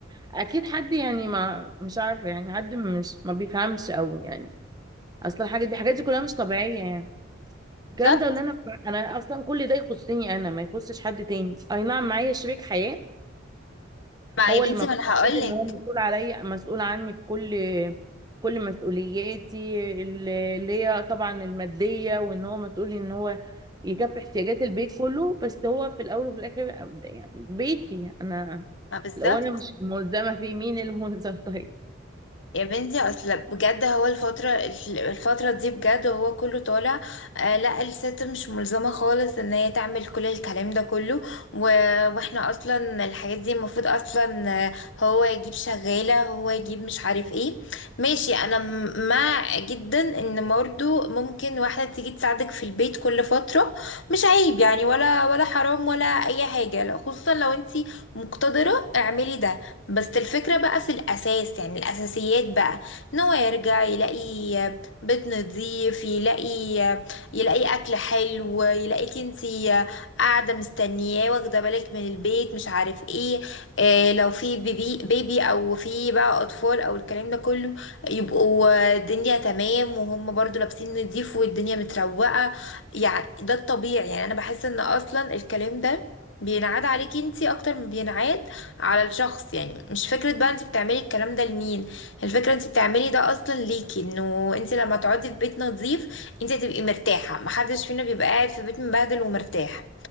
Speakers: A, on the right (about 20°); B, on the left (about 65°).
A: اكيد حد يعني ما مش عارفه يعني حد مش ما بيفهمش قوي يعني اصلا الحاجه دي الحاجات دي كلها مش طبيعيه يعني الكلام
B: بالظبط
A: ده اللي انا انا اصلا كل ده يخصني انا ما يخصش حد تاني اي نعم معايا شريك حياه
B: ما
A: هو
B: يا
A: اللي
B: بنتي
A: المفروض
B: ما انا هقول
A: ان
B: لك
A: هو مسؤول عليا مسؤول عني في كل كل مسؤولياتي ال- اللي هي طبعا الماديه وان هو مسؤول ان هو يكفي احتياجات البيت كله بس هو في الاول وفي الاخر يعني بيتي انا
B: ما بالظبط
A: لو انا مش ملزمه فيه مين اللي ملزم <laughs> طيب
B: يا بنتي اصل بجد هو الفترة الفترة دي بجد هو كله طالع آه لا الست مش ملزمة خالص ان هي تعمل كل الكلام ده كله و... واحنا اصلا الحاجات دي المفروض اصلا آه، هو يجيب شغالة هو يجيب مش عارف ايه ماشي انا م- مع جدا ان برضه ممكن واحدة تيجي تساعدك في البيت كل فترة مش عيب يعني ولا ولا حرام ولا اي حاجة لا خصوصا لو انتي مقتدرة اعملي ده بس الفكرة بقى في الأساس يعني الأساسيات بقى إن هو يرجع يلاقي بيت نظيف يلاقي يلاقي أكل حلو يلاقيك انتي قاعدة مستنياه واخدة بالك من البيت مش عارف ايه آه، لو في بيبي, بيبي أو في بقى أطفال أو الكلام ده كله يبقوا الدنيا تمام وهم برضو لابسين نضيف والدنيا متروقة يعني ده الطبيعي يعني أنا بحس إن أصلا الكلام ده بينعاد عليكي انتي أكتر ما بينعاد على الشخص يعني مش فكرة بقى انت بتعملي الكلام ده لمين الفكرة انت بتعملي ده اصلا ليكي انه انت لما تقعدي في بيت نظيف انت هتبقي مرتاحة محدش فينا بيبقى قاعد في بيت مبهدل ومرتاح